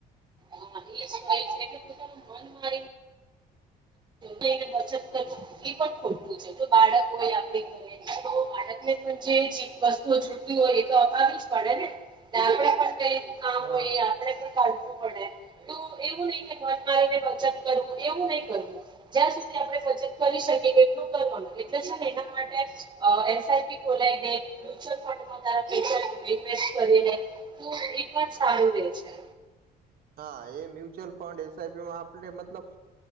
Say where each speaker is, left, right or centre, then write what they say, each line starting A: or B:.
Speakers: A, on the right; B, on the right.
A: હા એ જ કહે છે એટલે પોતાનું મન મારીને લઈને બચત કરવું એ પણ ખોટું છે જો બાળક હોય આપડી ઘરે તો બાળકને પણ જે વસ્તુઓ જોટતી હોય એ તો અપાવી જ પડે ને આપણે કઈ કામ
B: હા
A: હોય એ આપણેે પણ ચાલવું પડે તો એવું નહી કે મન મારીને બચત કરવું એવું નહી કરવું જ્યાં સુધી આપણે બચત કરી શકે કેટલું કરવાનું એના માટે એસઆઈપી ખોલાવી દે મ્યુચ્યુઅલ ફંડમાં તારા પૈસા ઇન્વેસ્ટ કરી લે એ પણ સારું રે છે
B: હા એ્ય ફઉન્ એીમાં આપણે મતલબ